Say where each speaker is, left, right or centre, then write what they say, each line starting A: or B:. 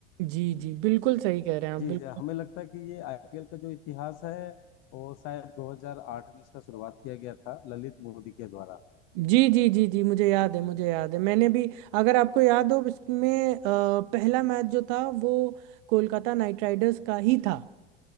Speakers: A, on the right (about 55°); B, on the left (about 50°).
A: जी जी बिल्कुल सही कह रहे हैं आप
B: जी
A: बिल्कुल
B: जी हमें लगता है कि ये आईपीएल का जो इतिहास है वो शायद 2008 में इसका शुरुआत किया गया था ललित मोदी के द्वारा
A: जी जी जी जी मुझे याद है मुझे याद है मैंने भी अगर आपको याद हो इसमें अ, पहला मैच जो था वो कोलकाता नाइट राइडर्स का ही था